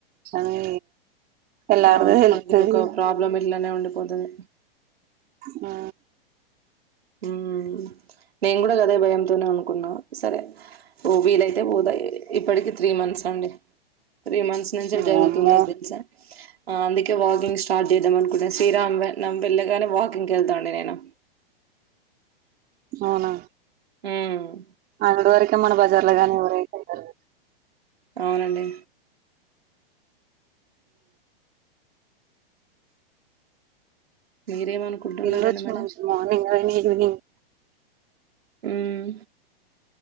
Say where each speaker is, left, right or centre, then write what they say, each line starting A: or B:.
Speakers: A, on the right (about 30°); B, on the right (about 85°).
A: అని తెల్లారితే
B: అవును
A: తెలుత్తది
B: మాకు ఇది ఒక
A: ఇగ
B: ప్రాబ్లం ఇట్లానే ఉండిపోతది
A: ఆ
B: హుమ్మ్ నేను కూడా గదే భయంతోనే అనుకున్నా సరే ఓ వీలైతే పోత ఇప్పటికి త్రీ మంత్స్ అండి త్రీ మంత్స్ నుంచెలి జరుగుతుంది
A: వామ్మో
B: అది తెలుసా అ అందుకే వాకింగ్ స్టార్ట్ చేద్దాం అనుకున్నా శ్రీరామ్ వెళ్ళగానే వాకింగ్ వెళ్తా అండి నేను
A: అవునా
B: మ్మ్
A: అనుడు వరకే మన బజార్ లో గానీ ఎవరై వెళ్లారు
B: అవునండి మీరేమనుకుంటున్నారండి
A: వెళ్లొచ్చు
B: మరి
A: మంచిగా మార్నింగ్ కానీ ఈవినింగ్
B: మ్మ్